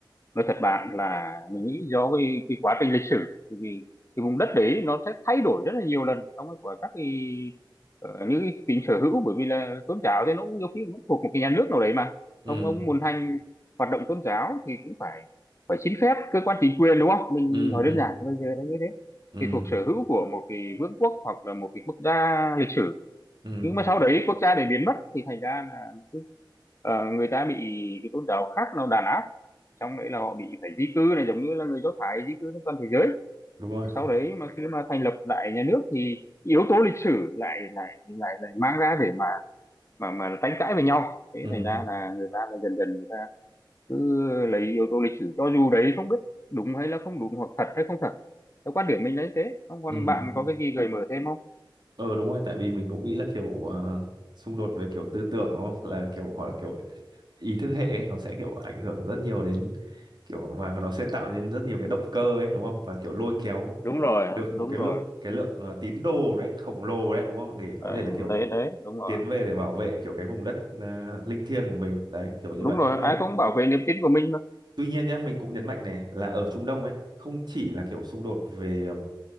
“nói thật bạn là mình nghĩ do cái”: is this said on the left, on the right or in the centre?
Left